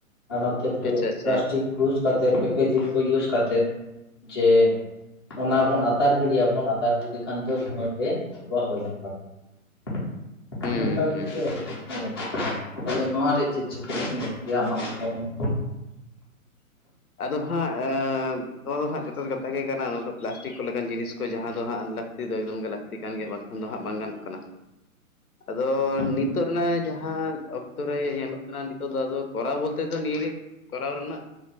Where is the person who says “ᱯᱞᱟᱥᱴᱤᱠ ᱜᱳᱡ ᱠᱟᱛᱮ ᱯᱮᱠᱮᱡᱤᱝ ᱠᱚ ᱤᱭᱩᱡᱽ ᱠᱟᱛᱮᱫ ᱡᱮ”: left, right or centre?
Left